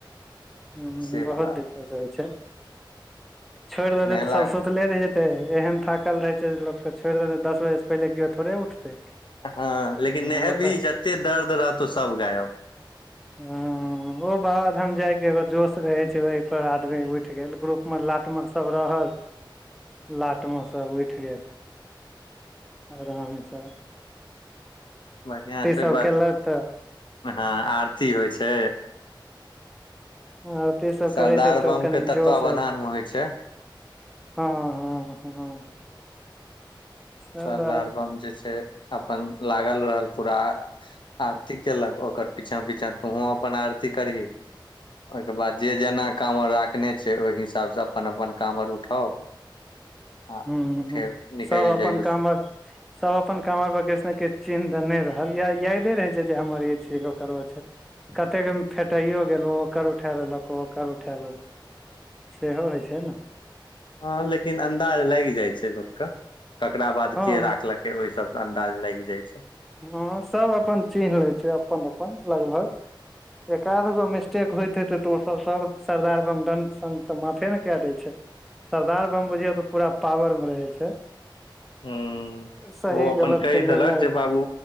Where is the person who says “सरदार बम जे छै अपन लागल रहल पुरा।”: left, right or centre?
Left